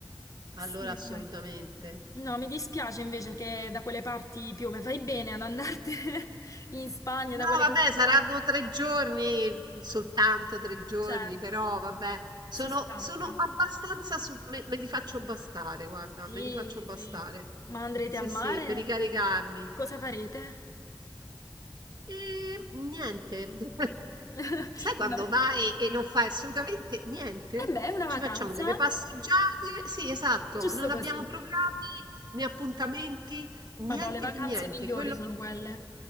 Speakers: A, on the left; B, on the right.
A: Sì,
B: allora assolutamente.
A: dai. No, mi dispiace invece che da quelle parti piove. Fai bene ad andartene <laughs> in Spagna,
B: No,
A: da quelle
B: vabbè,
A: parti
B: saranno
A: là.
B: tre giorni, soltanto tre giorni,
A: Certo,
B: però vabbè, sono,
A: si stacca.
B: sono abbastanza, su- me, me li faccio bastare, guarda,
A: Sì,
B: me li faccio bastare.
A: sì. Ma andrete
B: Sì,
A: al mare?
B: sì, per ricaricarmi.
A: Cosa farete?
B: E niente, <laughs>
A: <laughs>
B: sai
A: Non
B: quando
A: avete-
B: vai e non fai assolutamente niente?
A: Eh beh, è una vacanza,
B: Ci facciamo delle passeggiate, sì, esatto,
A: giusto
B: non
A: così.
B: abbiamo programmi né appuntamenti, niente
A: Madò, le vacanze
B: di niente.
A: migliori
B: Quello,
A: sono quelle.